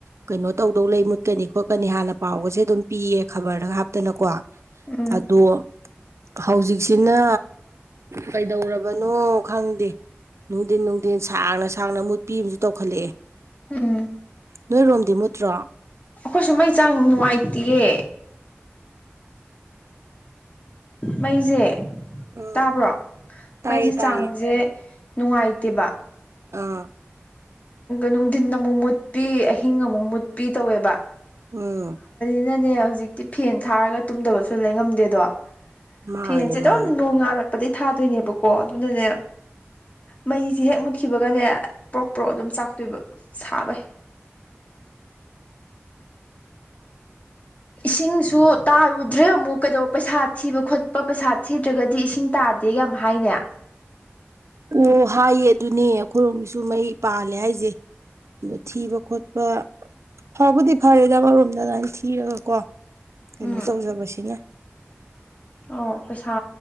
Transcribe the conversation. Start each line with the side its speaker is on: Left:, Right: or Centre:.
Right: ꯀꯩꯅꯣ ꯇꯧꯗꯧ ꯂꯩ ꯃꯨꯠꯀꯅꯤ ꯈꯣꯠꯀꯅꯤ ꯍꯥꯟꯅ ꯄꯥꯎꯒꯁꯦ ꯑꯗꯨꯝ ꯄꯤꯌꯦ ꯈꯕꯔꯗ ꯍꯥꯞꯇꯅꯀꯣ
Left: ꯎꯝ
Right: ꯑꯗꯣ ꯍꯧꯖꯤꯛꯁꯤꯅ ꯀꯩꯗꯧꯔꯕꯅꯣ ꯈꯪꯗꯦ ꯅꯨꯡꯊꯤꯟ ꯅꯨꯡꯊꯤꯟ ꯁꯥꯡꯅ ꯁꯥꯡꯅ ꯃꯨꯠꯄꯤ ꯑꯃꯁꯨ ꯇꯧꯈꯠꯂꯛꯑꯦ
Left: ꯎꯝ
Right: ꯅꯣꯏꯔꯣꯝꯗꯤ ꯃꯨꯠꯇ꯭ꯔꯣ
Left: ꯑꯩꯈꯣꯏꯁꯨ ꯃꯩ ꯆꯥꯡ ꯅꯨꯡꯉꯥꯏꯇꯦꯌꯦ ꯃꯩꯁꯦ
Right: ꯎꯝ
Left: ꯇꯥꯕ꯭ꯔꯣ
Right: ꯇꯥꯏꯌꯦ
Left: ꯃꯩꯁꯦ
Right: ꯇꯥꯏꯌꯦ
Left: ꯆꯥꯡꯁꯦ ꯅꯨꯡꯉꯥꯏꯇꯦꯕ
Right: ꯑꯥ
Left: ꯅꯨꯡꯊꯤꯟ ꯑꯃꯨꯛ ꯃꯨꯠꯄꯤ ꯑꯍꯤꯡ ꯑꯃꯨꯛ ꯃꯨꯠꯄꯤ ꯇꯧꯋꯦꯕ
Right: ꯎꯝ
Left: ꯑꯗꯨꯅꯅꯦ ꯍꯧꯖꯤꯛꯇꯤ ꯐꯦꯟ ꯊꯥꯔꯒ ꯇꯨꯝꯗꯕꯁꯨ ꯂꯩꯉꯝꯗꯦꯗꯣ
Right: ꯃꯥꯅꯦ
Left: ꯐꯦꯟꯁꯦ ꯑꯗꯨꯝ
Right: ꯃꯥꯅꯦ
Left: ꯅꯣꯡꯉꯂ ꯄꯄꯗꯩ ꯊꯥꯗꯣꯏꯅꯦꯕꯀꯣ ꯑꯗꯨꯅꯅꯦ ꯃꯩꯁꯦ ꯍꯦꯛ ꯃꯨꯠꯈꯤꯕꯒꯅꯦ ꯄ꯭ꯔꯣ ꯑꯗꯨꯝ ꯆꯥꯛꯇꯣꯏꯕ ꯁꯥꯕꯩ ꯏꯁꯤꯡꯁꯨ ꯇꯥꯔꯨꯗ꯭ꯔꯦ ꯑꯃꯨꯛ ꯀꯩꯗꯧꯕ ꯄꯩꯁꯥ ꯊꯤꯕ ꯈꯣꯠꯄ ꯄꯩꯁꯥ ꯊꯤꯗ꯭ꯔꯒꯗꯤ ꯏꯁꯤꯡ ꯇꯥ ꯐꯗꯦ ꯌꯥꯝ ꯍꯥꯏꯅꯦ
Right: ꯑꯣ ꯍꯥꯏꯌꯦ ꯑꯗꯨꯅꯦ ꯑꯩꯈꯣꯏꯔꯣꯝꯒꯤꯁꯨ ꯃꯩ ꯄꯥꯜꯂꯦ ꯍꯥꯏꯁꯦ ꯑꯗꯨ ꯊꯤꯕ ꯈꯣꯠꯄ ꯐꯕꯨꯗꯤ ꯐꯔꯦ ꯑꯃꯔꯣꯝꯗ ꯑꯗꯨꯃꯥꯏꯅ ꯊꯤꯔꯒꯀꯣ ꯀꯩꯅꯣ
Left: ꯎꯝ
Right: ꯇꯧꯖꯕꯁꯤꯅ
Left: ꯑꯣ ꯄꯩꯁꯥ